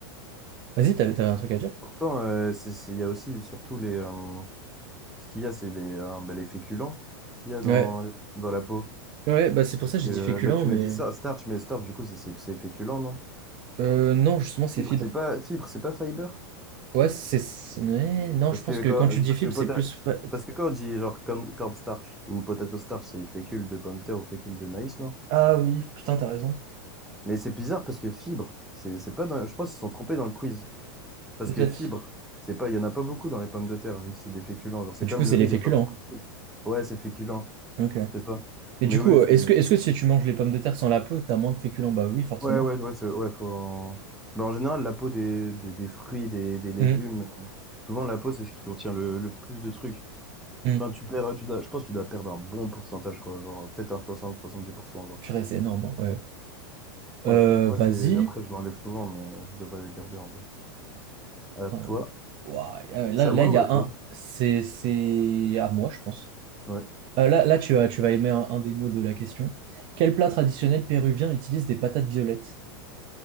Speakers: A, on the right; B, in the centre.
A: Vas-y, t'avais t'avais un truc à dire?
B: Pourtant, euh, c'est- c'est- il y a aussi surtout les. euh, ce qu'il y a, c'est les, euh, bah, les féculents qu'il y a dans,
A: Ouais.
B: dans la peau.
A: Ouais, bah c'est pour
B: Parce
A: ça
B: que
A: que j'ai
B: euh,
A: dit féculent,
B: bah, tu m'as
A: mais...
B: dit ça, starch, mais starch, du coup, c'est c'est c'est féculent, non?
A: Euh, non, justement, c'est
B: Fibre,
A: fibres.
B: c'est pas, fibre, c'est pas fiber?
A: Ouais, c'est... ouais, non,
B: Parce
A: je pense
B: que
A: que
B: quand,
A: quand tu dis
B: parce
A: fibres,
B: que, pota-
A: c'est plus... fa-
B: parce que quand on dit genre corn, corn starch ou potato starch, c'est fécule de pomme de terre ou fécule de maïs, non?
A: Ah oui, putain, t'as raison.
B: Mais c'est bizarre parce que fibre, c'est c'est pas dans- je pense qu'ils se sont trompés dans le quiz. Parce
A: Peut-être.
B: que fibre, c'est pas, il y en a pas beaucoup dans les pommes de terre, vu que c'est des féculents. Genre, c'est
A: Mais Du
B: comme
A: coup, c'est
B: le riz,
A: les féculents.
B: il y a pas beaucoup de fibres. Ouais, c'est féculent.
A: Ok.
B: C'est ça.
A: Et
B: Mais
A: du
B: oui,
A: coup, euh,
B: c'est.
A: est-ce que, est-ce que si tu manges les pommes de terre sans la peau, t'as moins de féculents? Bah oui, forcément.
B: Ouais, ouais, ouais, c'est- ouais, faut. en- Ben, en général, la peau des, des, des fruits, des, des légumes,
A: Hum,
B: euh, souvent la peau, c'est ce qui contient le, le plus de trucs.
A: hum.
B: Enfin, tu perds, tu dois, je pense que tu dois perdre un bon pourcentage, quoi. Genre, peut-être un soixante soixante-dix pour cent genre.
A: Purée, c'est énorme. hein, ouais.
B: Ouais.
A: Euh,
B: Moi,
A: vas-y.
B: c'est. Après, je l'enlève souvent, mais je devrais le garder en vrai. À
A: Attends.
B: toi.
A: Ouah, euh, là,
B: C'est à
A: là,
B: moi
A: il
B: ou
A: y a
B: à toi?
A: un. C'est, c'est à moi, je pense.
B: Ouais.
A: Euh, là, là, tu vas, tu vas aimer un, un des mots de la question. Quel plat traditionnel péruvien utilise des patates violettes?